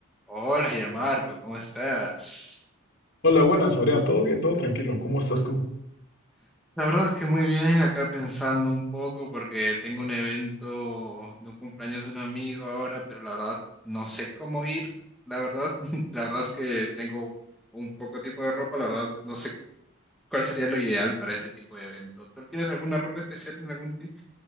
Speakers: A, in the centre; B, on the left.
A: Hola, ya Marco, ¿cómo estás?
B: Hola, buenas, Adrián. ¿Todo bien? ¿Todo tranquilo? ¿Cómo estás tú?
A: La verdad es que muy bien, acá pensando un poco porque tengo un evento de un cumpleaños de un amigo ahora, pero la verdad no sé cómo ir. La verdad, <laughs> la verdad es que tengo un poco tipo de ropa, la verdad no sé cuál sería lo ideal para este tipo de evento. ¿Tú tienes alguna ropa especial en algún tipo